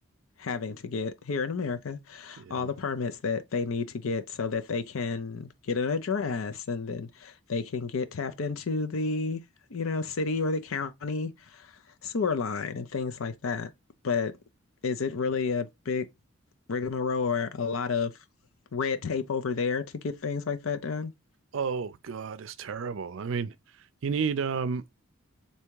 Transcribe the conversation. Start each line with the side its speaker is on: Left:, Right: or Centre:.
Left: having to get here in America
Right: Yeah.
Left: all the permits that they need to get so that they can get an address and then they can get tapped into the, you know, city or the county sewer line and things like that. But is it really a big rigmarole or a lot of red tape over there to get things like that done?
Right: Oh God, it's terrible. I mean, you need um